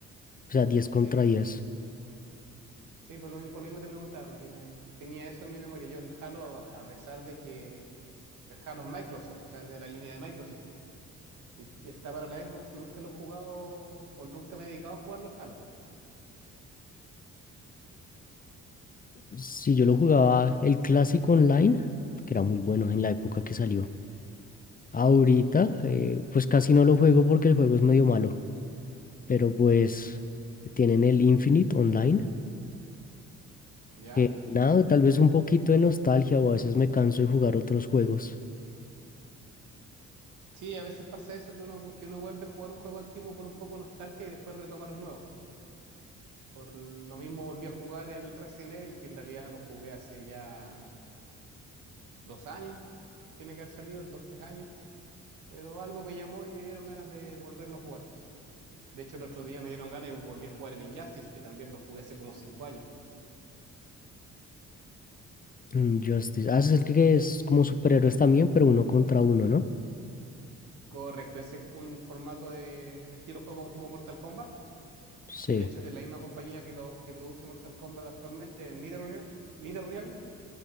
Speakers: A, on the left; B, on the right.
A: O sea, 10 contra
B: Sí,
A: 10.
B: sí, por lo mismo, por lo mismo te preguntaba, porque me, tenía eso en mi memoria. Yo el Halo, a, a pesar de que el Halo es Microsoft, o sea, es de la línea de Microsoft, y está para la Xbox, nunca lo he jugado o nunca me he dedicado a jugarlo el Halo,
A: Si yo lo jugaba el clásico online, que era muy bueno en la época que salió. Ahorita, eh, pues casi no lo juego porque el juego es medio malo. pero pues tienen el Infinite Online,
B: ¿ya?
A: que nada, tal vez un poquito de nostalgia o a veces me canso de jugar otros juegos.
B: Sí, a veces pasa eso que uno, que uno vuelve a jugar un juego antiguo por un poco de nostalgia y después retoma los nuevos. Por lo mismo volví a jugar el Resident Evil, que en realidad lo jugué hace ya dos años. Tiene que haber salido dos, tres años. Pero algo me llamó y me dieron ganas de volverlo a jugar. De hecho, el otro día me dieron ganas y volví a jugar el Injustice, que también lo jugué hace como cinco años.
A: Mm, Justice, ah, ese es el que es como superhéroes también, pero uno contra uno, ¿no?
B: Correcto, ese es un formato de, de estilo juego tipo Mortal Kombat,
A: Sí.
B: que de hecho es de la misma compañía que, lo, que produce Mortal Kombat actualmente, Netherrealm, Netherrealm